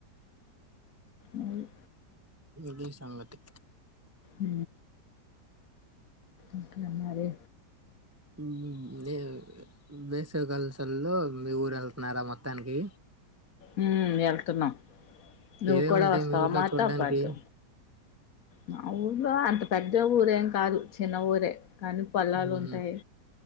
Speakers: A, on the left; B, on the right.
A: మరి
B: ఇది సంగతి
A: ఉ ఇంక మరి
B: ఉమ్ ఎ వేసవి కాలం సెలవుల్లో మీ ఊరెళ్తున్నారా మొత్తానికి
A: ఉ వెళ్తున్నాం నువ్వు
B: ఏవేమి
A: కూడా
B: ఉంటాయి
A: వస్తవా
B: మీ ఊర్లో
A: మాతో
B: చూడ్డానికి
A: పాటు మా ఊర్లో అంత పెద్ద ఊరేం కాదు చిన్న ఊరే కానీ పోలాలుంటాయ్
B: ఉహు